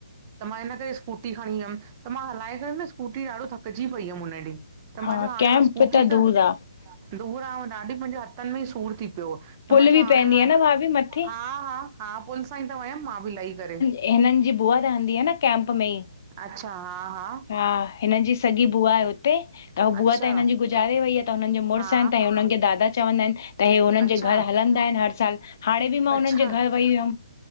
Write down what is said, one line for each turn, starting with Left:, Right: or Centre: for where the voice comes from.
Right: त मां हिन करे स्कूटी खणी वयम, त मां हलाए करे न स्कूटी ॾाढो थकजी पई हुम उन्हें ॾींह। त
Left: हा
Right: मां चयो हाणे
Left: कैंप
Right: मां स्कूटी
Left: त
Right: त
Left: दूर आहे
Right: दूर आ ॾाढी मुंजे हथन में ई सूर थी पियो। त
Left: पुल
Right: मां
Left: बि
Right: चओ हाणे
Left: पवंदी
Right: मां
Left: आहे न भाभी मथे
Right: हा-हा-हा पुल सां ई त वयम मां बि लही करे
Left: हिनन जी बुआ रहंदी आ न कैंप में ई
Right: अच्छा, हा-हा
Left: हा हिनन जी सॻी बुआ आहे हुते। त हू बुआ
Right: अच्छा
Left: त हिनन जी गुजारे वई आहे त हुन मुड़स
Right: हा
Left: आहिन त हुनन जे दादा चवंदा आहिन त हे हुननि
Right: अच्छा
Left: जे घर हलंदा आहिन हर साल, हाणे बि मां
Right: अच्छा
Left: हुनन जे घरु वेई हुअम।